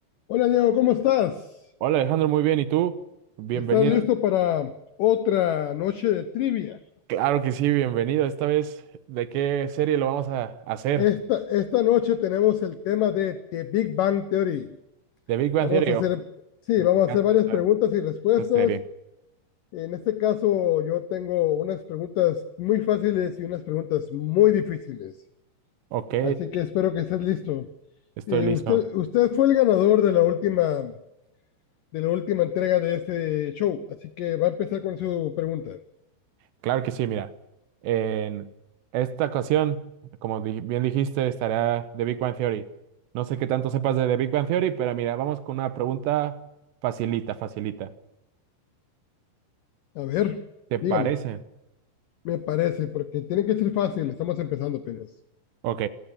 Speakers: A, on the left (about 80°); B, on the right (about 75°).
A: Hola Diego, ¿cómo estás?
B: Hola Alejandro, muy bien. ¿Y tú? Bienvenido.
A: ¿Estás listo para otra noche de trivia?
B: Claro que sí, bienvenido. Esta vez, ¿de qué serie lo vamos a hacer?
A: Esta, esta noche tenemos el tema de The Big Bang Theory.
B: ¿De Big Bang
A: Vamos
B: Theory?
A: a hacer,
B: Oh,
A: sí,
B: me
A: vamos
B: encanta
A: a hacer varias
B: esta,
A: preguntas y respuestas.
B: esta serie.
A: En este caso, yo tengo unas preguntas muy fáciles y unas preguntas muy difíciles.
B: Ok,
A: Así que espero que estés listo.
B: estoy
A: Eh,
B: listo.
A: usted, usted fue el ganador de la última, de la última entrega de este show, así que va a empezar con su pregunta.
B: Claro que sí, mira. En esta ocasión, como di- bien dijiste, estará The Big Bang Theory. No sé qué tanto sepas de The Big Bang Theory, pero mira, vamos con una pregunta facilita, facilita.
A: A ver,
B: ¿Te
A: dígame.
B: parece?
A: Me parece, porque tiene que ser fácil, estamos empezando apenas.
B: Ok.